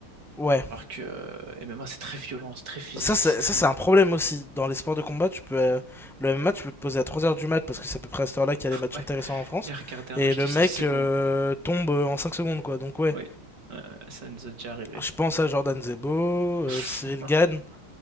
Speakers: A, in the centre; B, on the right.
A: ouais.
B: Alors que euh, MMA, c'est très violent, c'est très physique,
A: Ça c'est
B: c'est très...
A: ça c'est un problème aussi dans les sports de combat, tu peux euh, le MMA tu peux te poser à trois heures du mat parce que c'est à peu près à cette heure-là qu'il y a les matchs
B: Ouais,
A: intéressants en France
B: et regarder un
A: et
B: match
A: le
B: de 5
A: mec
B: <laughs> secondes.
A: euh, tombe en cinq secondes quoi. Donc ouais
B: Oui, Euh, ça nous est déjà arrivé.
A: Je pense à Jordan Zebo, euh,
B: <laughs>
A: Cyril Gann.